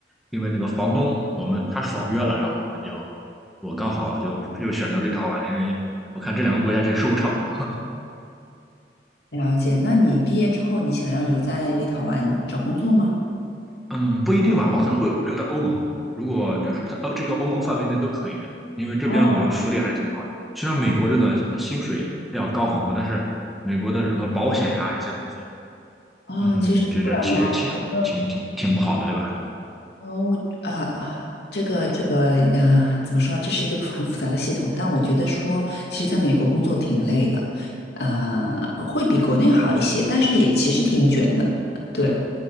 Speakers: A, in the centre; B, on the left.
A: 因为那个房东我们他爽约了，然后我们就我刚好就又选择立陶宛，因为我看这两个国家其实收入差不多。
B: 了解。那你毕业之后，你想要留在立陶宛找工作吗？
A: 嗯，不一定吧，我可能会留在欧盟。如果就是它欧这个欧盟范围内都可以，因为这边我觉得福利还是挺好的。
B: 哦，
A: 虽然美国真的薪水要高很多，但是美国的什么保险呀、这些东西，
B: 哦，
A: 嗯，
B: 其实不然啊，
A: 觉得其实挺挺挺挺不好的，
B: 我觉得，
A: 对吧？
B: 哦，我啊啊，这个这个啊，怎么说呢？这是一个很复杂的系统，但我觉得说，其实在美国工作挺累的，呃，会比国内好一些，但是也其实挺卷的，对。